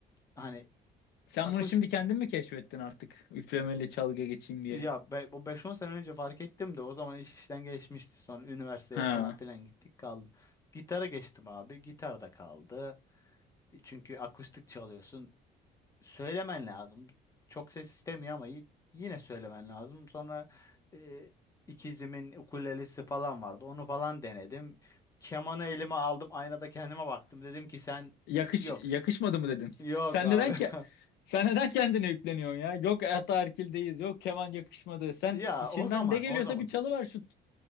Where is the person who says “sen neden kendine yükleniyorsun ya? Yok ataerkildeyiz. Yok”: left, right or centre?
Left